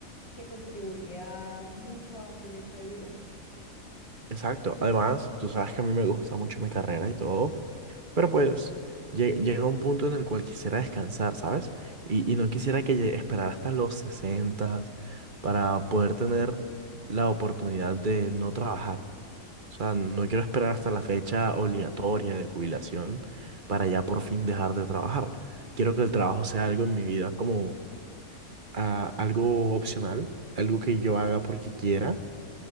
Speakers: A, on the left; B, on the right.
A: que contribuye a- mucho a un proyecto de vida.
B: Exacto. Además, tú sabes que a mí me gusta mucho mi carrera y todo, pero pues lle- llega un punto en el cual quisiera descansar, ¿sabes? Y, y no quisiera que lle- esperar hasta los 60 para poder tener la oportunidad de no trabajar. O sea, no quiero esperar hasta la fecha obligatoria de jubilación para ya por fin dejar de trabajar. Quiero que el trabajo sea algo en mi vida como ah, algo opcional, algo que yo haga porque quiera